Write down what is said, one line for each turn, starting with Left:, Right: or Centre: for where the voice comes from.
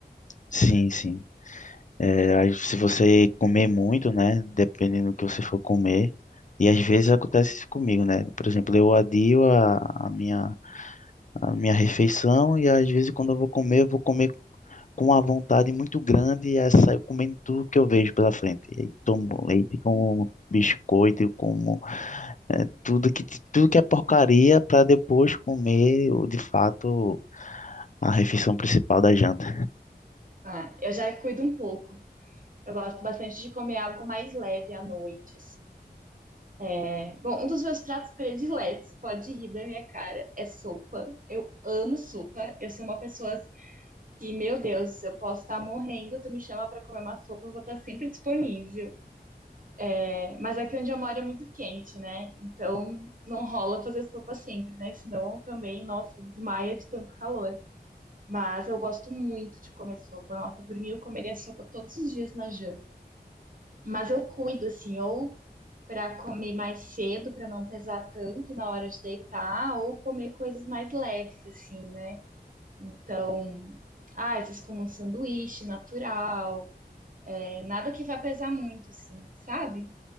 Left: Sim, sim. É, aí se você comer muito, né? Dependendo do que você for comer. E às vezes acontece isso comigo, né? Por exemplo, eu adio a, a minha, a minha refeição e às vezes quando eu vou comer, eu vou comer com uma vontade muito grande e aí saio comendo tudo que eu vejo pela frente. E tomo leite, como biscoito, eu como é, tudo que, tudo que é porcaria para depois comer, o- de fato, a refeição principal da janta.
Right: Ah, eu já cuido um pouco. Eu gosto bastante de comer algo mais leve à noite, assim. né? Bom, um dos meus pratos prediletos, pode rir da minha cara, é sopa. Eu amo sopa. Eu sou uma pessoa E, meu Deus, eu posso estar morrendo, tu me chama para comer uma sopa, eu vou estar sempre disponível. É, mas aqui onde eu moro é muito quente, né? Então não rola fazer sopa sempre, né? Senão também, nossa, desmaia de tanto calor. Mas eu gosto muito de comer sopa. Nossa, por mim eu comeria sopa todos os dias na janta. Mas eu cuido, assim, ou para comer mais cedo, para não pesar tanto na hora de deitar, ou comer coisas mais leves, assim, né? Então, ah, às vezes como um sanduíche natural, É nada que vai pesar muito, assim, sabe?